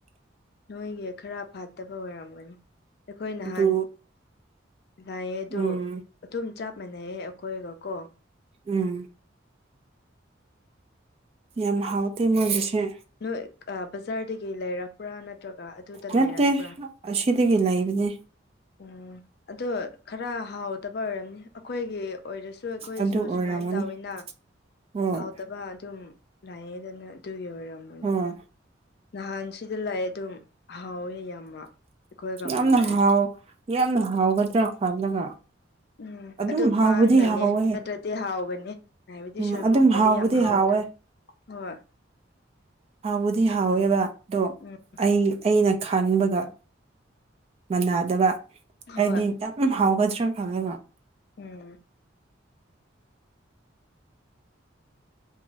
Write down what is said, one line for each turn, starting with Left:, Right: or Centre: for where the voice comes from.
Left: ꯅꯣꯏꯒꯤ ꯈꯔ ꯐꯥꯠꯇꯕ ꯑꯣꯏꯔꯝꯒꯅꯤ ꯑꯩꯈꯣꯏ ꯅꯍꯥꯟ
Right: ꯑꯗꯨ
Left: ꯂꯥꯏꯑ ꯑꯗꯨ
Right: ꯎꯝ
Left: ꯑꯗꯨꯝ ꯆꯞ ꯃꯥꯟꯅꯩꯑ ꯑꯩꯈꯣꯏꯒ ꯀꯣ
Right: ꯎꯝ ꯌꯥꯝ ꯍꯥꯎꯇꯦ ꯃꯣꯏꯒꯤꯁꯦ
Left: ꯅꯣꯏ ꯕꯖꯥꯔꯗꯒꯤ ꯂꯩꯔꯛ ꯭ꯔꯥ ꯅꯠꯇ꯭ꯔꯒ ꯑꯗꯨꯗ
Right: ꯅꯠꯇꯦ
Left: ꯂꯩꯔꯛꯄ꯭ꯔꯥ
Right: ꯑꯁꯤꯗꯒꯤ ꯂꯩꯕꯅꯦ
Left: ꯎꯝ ꯑꯗꯣ ꯈꯔ ꯍꯥꯎꯗꯕ ꯑꯣꯏꯔꯝꯅꯤ ꯑꯩꯈꯣꯏꯒꯤ ꯑꯣꯏꯔꯁꯨ ꯑꯩꯈꯣꯏꯁꯨ
Right: ꯑꯗꯨ ꯑꯣꯏꯔꯝꯒꯅꯤ
Left: ꯁꯨꯃꯥꯏꯅ ꯇꯧꯋꯅ
Right: ꯍꯣꯏ
Left: ꯍꯥꯎꯇꯕ ꯑꯗꯨꯝ ꯂꯥꯏꯉꯩꯗꯅ ꯑꯗꯨꯒꯤ ꯑꯣꯏꯔꯝꯕꯅꯦ
Right: ꯍꯣꯏ
Left: ꯅꯍꯥꯟ ꯁꯤꯗ ꯂꯥꯛꯑꯦ ꯑꯗꯨꯝ ꯍꯥꯎꯋꯦ ꯌꯥꯝ ꯑꯩꯈꯣꯏꯒꯃꯅꯏ
Right: ꯌꯥꯝꯅ ꯍꯥꯎ ꯌꯥꯝꯅ ꯍꯥꯎꯒꯗ꯭ꯔꯥ ꯈꯜꯂꯒ
Left: ꯎꯝ
Right: ꯑꯗꯨꯝ
Left: ꯑꯗꯨ
Right: ꯍꯥꯎꯕꯗꯤ
Left: ꯄꯥꯝꯅꯅꯦ
Right: ꯍꯥꯎꯋꯦ
Left: ꯅꯠꯇ꯭ꯔꯗꯤ ꯍꯥꯎꯒꯅꯤ ꯍꯥꯏꯕꯗꯤ
Right: ꯎꯝ
Left: ꯁꯣꯏꯕꯨꯝꯨꯝꯕꯗꯤ
Right: ꯑꯗꯨꯝ ꯍꯥꯎꯕꯨꯗꯤ
Left: ꯌꯥꯝ ꯍꯥꯎꯋꯦꯅ
Right: ꯍꯥꯎꯋꯦ
Left: ꯍꯣꯏ
Right: ꯍꯥꯎꯕꯨꯗꯤ ꯍꯥꯎꯋꯦꯕ ꯑꯗꯣ
Left: ꯎꯝ
Right: ꯑꯩ ꯑꯩꯅ ꯈꯕꯒ ꯃꯅꯥꯗꯕ
Left: ꯍꯣꯏ
Right: ꯍꯥꯏꯗꯤ ꯌꯥꯝ ꯍꯥꯎꯒꯗ꯭ꯔꯥ ꯈꯪꯉꯦꯕ
Left: ꯎꯝ